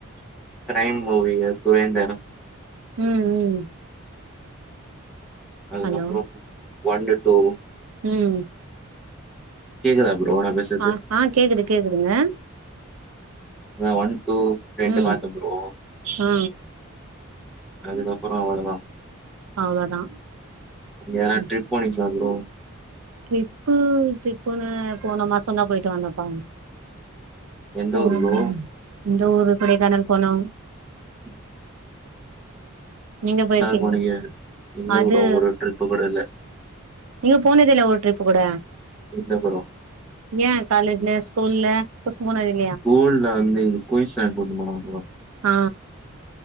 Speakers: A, in the centre; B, on the right.
A: கிரைம் மூவிங்க சுரேந்தரன்
B: ம் ம்
A: அதுக்கப்பறம்
B: ஹலோ
A: ஒன்னு டூ
B: ம்
A: கேக்குதா ப்ரோ நா பேசு
B: ஆ ஆ கேக்குது கேக்குதுங்க
A: அதா ஒன் டூ ரெண்டு
B: ம்
A: பாத்த ப்ரோ
B: ஆ
A: அதுக்கப்பறோ அவளதா
B: அவ்ளோதா
A: எதனா
B: ம்
A: ட்ரிப் போனீங்களா ப்ரோ
B: ட்ரிப்பு ட்ரிப்புனு போன மாசோ தா போயிட்டு வந்தோப்பா
A: எந்த
B: போனோ
A: ஊரு ப்ரோ
B: இந்த ஊரு கொடைக்கானல் போனோ
A: ம்
B: நீங்க போயிருக்கீங்க
A: போனீங்க? இல்ல
B: அது
A: ப்ரோ ஒரு ட்ரிப்பு கூட இல்ல.
B: நீங்க போனத இல்ல ஒரு ட்ரிபு கூட
A: இதுக்குனா போறோ
B: ஏ காலேஜ்ல ஸ்கூல்ல <unintelligible>
A: ஸ்கூல்ல வந்து இது குயின்ஸ் லண்ட் கூட்னு போனாங்கோ
B: ஆ